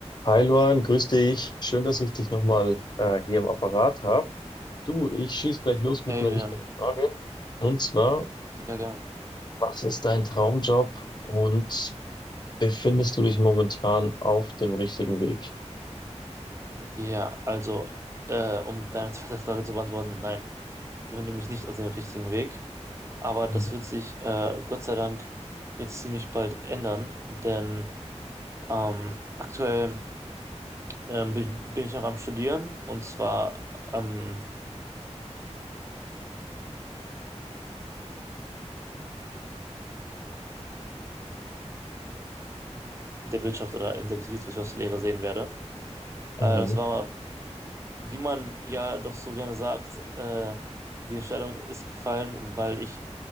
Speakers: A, on the left; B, on the right.
A: Hi Luan, grüß dich. Schön, dass ich dich nochmal äh, hier im Apparat habe. Du, ich schieß gleich los
B: Hey
A: mit einer
B: Julian,
A: wichtigen Frage. Und zwar,
B: ja gerne.
A: was ist dein Traumjob und befindest du dich momentan auf dem richtigen Weg?
B: Ja, also äh, um deine zweite Frage zu beantworten, nein, ich befinde mich nicht auf dem richtigen Weg, aber
A: Mhm.
B: das wird sich äh, Gott sei Dank jetzt ziemlich bald ändern, denn ähm, aktuell ähm, bin, ich- bin ich noch am Studieren und zwar ähm, der Wirtschaft oder in der Betriebswirtschaftslehre sehen werde. Äh,
A: Mhm.
B: das war, wie man ja doch so gerne sagt, äh, die Entscheidung ist gefallen, weil ich